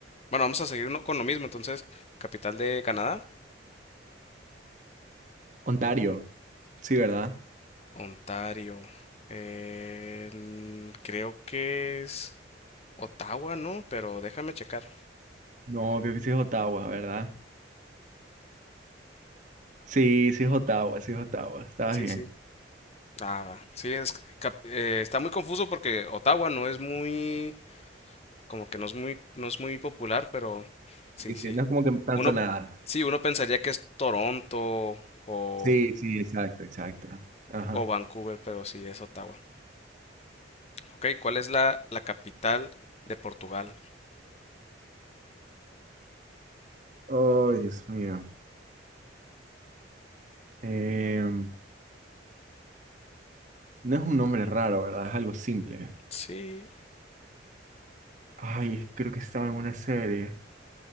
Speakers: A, on the left; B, on the right.
A: Bueno, vamos a seguir uno- con lo mismo, entonces, capital de Canadá,
B: Ontario. Sí, ¿verdad?
A: Ontario. Eh, mm, creo que es Ottawa, ¿no? Pero déjame checar.
B: No, creo que sí es Ottawa, ¿verdad? Sí, sí es Ottawa, sí es Ottawa. Estabas
A: Sí,
B: bien.
A: sí. Ah, va. Sí, es, cap- eh, está muy confuso porque Ottawa no es muy... como que no es muy, no es muy popular, pero sí,
B: Y sí,
A: sí.
B: no es como que tan
A: Uno,
B: sonada.
A: sí, uno pensaría que es Toronto o,
B: Sí, sí, exacto, exacto. Ajá.
A: o Vancouver, pero sí, es Ottawa. Ok, ¿cuál es la, la capital de Portugal?
B: Oh, Dios mío. Em, no es un nombre raro, ¿verdad? Es algo simple.
A: Sí,
B: Ay, es que creo que estaba en una serie.